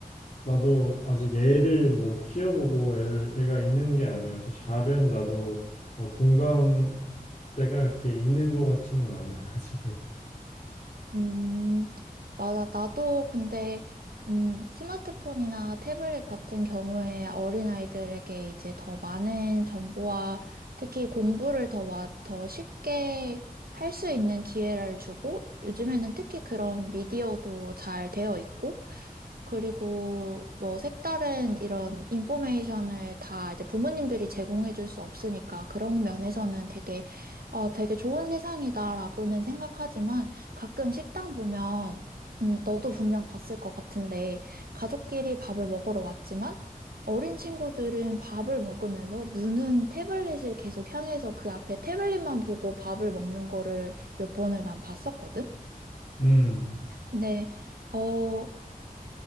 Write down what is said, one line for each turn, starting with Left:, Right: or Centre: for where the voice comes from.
Left: 나도 아직 애를 뭐 키워보고 애를 애가 있는 게 아니어서 잘은 나도 어, 공감대가 그렇게 있는 것 같지는 않아 <laughs> 지금.
Right: 음, 맞아. 나도 근데, 음, 스마트폰이나 태블릿 같은 경우에 어린아이들에게 이제 더 많은 정보와 특히 공부를 더, 와, 더 쉽게 할 수 있는 기회를 주고, 요즘에는 특히 그런 미디어도 잘 되어 있고, 그리고 뭐 색다른 이런 인포메이션을 다 이제 부모님들이 제공해 줄 수 없으니까 그런 면에서는 되게, 어, 되게 좋은 세상이다라고는 생각하지만, 가끔 식당 보면, 음, 너도 분명 봤을 것 같은데, 가족끼리 밥을 먹으러 왔지만, 어린 친구들은 밥을 먹으면서 눈은 태블릿을 계속 향해서 그 앞에 태블릿만 보고 밥을 먹는 거를 몇 번을 난 봤었거든?
Left: 음,
Right: 근데, 어,